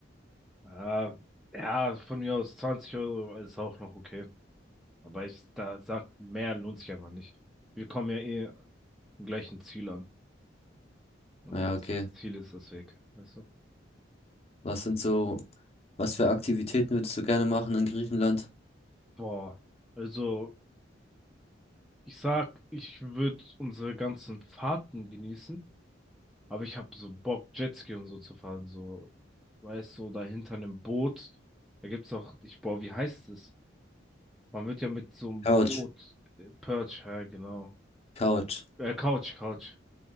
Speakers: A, in the centre; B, on the left.
A: ah, ja, von mir aus 20 Euro ist auch noch okay. Aber ich da sag, mehr lohnt sich einfach nicht. Wir kommen ja eh am gleichen Ziel an. Und
B: ja
A: das
B: okay.
A: Ziel ist das Weg, weißt du?
B: Was sind so, was für Aktivitäten würdest du gerne machen in Griechenland?
A: Boah, also ich sag, ich würde unsere ganzen Fahrten genießen. Aber ich habe so Bock, Jetski und so zu fahren. So, weißt du, so da hinter einem Boot. Da gibt's auch, ich, boah, wie heißt es? Man wird ja mit so einem
B: Couch,
A: Boot, äh, Perch, ja, genau.
B: Couch.
A: Äh, Couch, Couch.